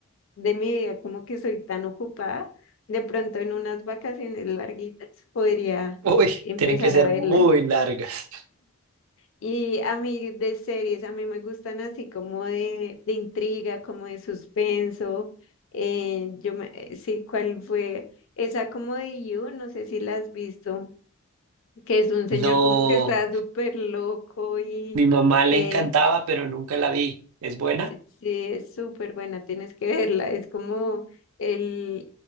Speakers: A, on the left; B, on the right.
A: de mi vida, como que soy tan ocupada, de pronto en unas vacaciones larguitas podría
B: Uy,
A: empezar
B: tienen que ser
A: a verla.
B: muy largas.
A: Y a mí de series, a mí me gustan así como de, de intriga, como de suspenso. eh, yo me- eh, sí, ¿cuál fue? Esa como de You, no sé si la has visto, que es un señor
B: No,
A: como que está súper loco y...
B: mi mamá
A: eh,
B: le encantaba, pero nunca la vi. ¿Es buena?
A: Sí, es súper buena, tienes que verla. Es como el,